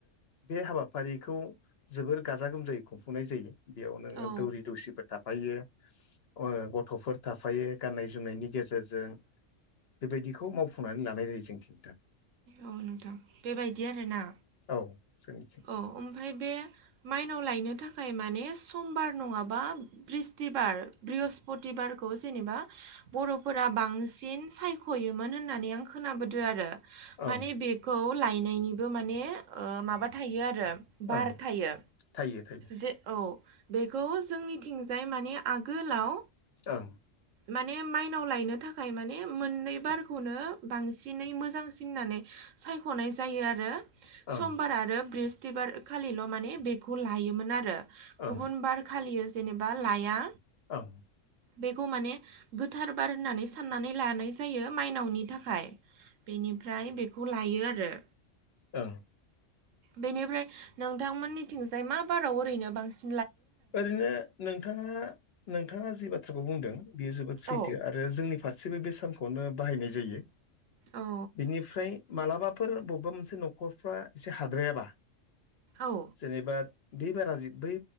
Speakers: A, on the left; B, on the right.
A: बे हाबाफारिखौ जोबोर गाजा गोमजायै खुंफुंनाय जायो। बेयाव नोङो
B: औ
A: दौरि दौसिफोर थाफायो। ओ गथ'फोर थाफायो गाननाय जो जोमनायनि गेजेरजों बेबायदिखौ मावफुंनानै लानाय जायो जोंथि नोंथां।
B: औ नोंथां बेबायदि आरोना?
A: औ जोंनिथिं
B: औ ओमफाय बे माइनाव लायनो थाखाय माने समबार नङाबा ब्रिस्तिबार ब्रिअ'हस्पतिबारखौ जेनेबा बर'फोरा बांसिन सायख'योमोन होननानै आं खोनाबोदो आरो।
A: ओं
B: माने बेखौ लायनायनिबो माने ओ माबा थायो आरो। बार
A: ओं
B: थायो।
A: थायो थायो
B: जे ओ औ बेखौ जोंनिथिंजाय माने आगोलाव
A: ओं
B: माने माइनाव लायनो थाखाय माने मोननै बारखौनो बांसिनै मोजांसिन होननानै सायख'नाय जायो आरो।
A: ओं
B: समबार आरो बृस्थिबार खालिल' माने बेखौ लायोमोन आरो।
A: ओं
B: गुबुन बार खालियो जेनेबा लाया।
A: ओं
B: बेखौ माने गोथार बार होननानै साननानै लानाय जायो माइनावनि थाखाय। बेनिफ्राय बेखौ लायो आरो।
A: ओं
B: बेनिफ्राय नोंथांमोननिथिंजाय मा बाराव ओरैनो बांसि
A: ओरैनो नोंथाङा नोंथाङा जि बाथ्राखौ बुंदों बियो जोबोद सैथो
B: औ
A: आरो जोंनि फार सिबो बे सानखौनो बाहायनाय जायो।
B: औ
A: बिनिफ्राय मालाबाफोर बबेबा मोनसे न'खरफ्रा एसे हाद्रायाबा
B: औ
A: जेनेबा बे बारा जे बै